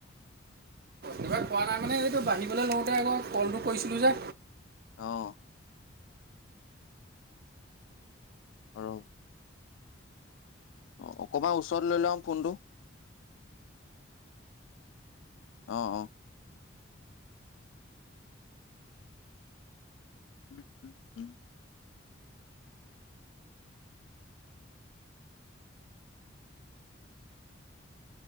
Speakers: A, on the right (about 50°); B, on the left (about 75°).
A: এইবাৰ পোৱা নাই মানে, এইটো বাঢ়িবলৈ লওঁতে আকৌ কলটো কৰিছিলোঁ যে।
B: অ'। আৰু অ, অকমান ওচৰত লৈ লোৱা আক ফোনটো। অ', অ'। উম উম উম, উম।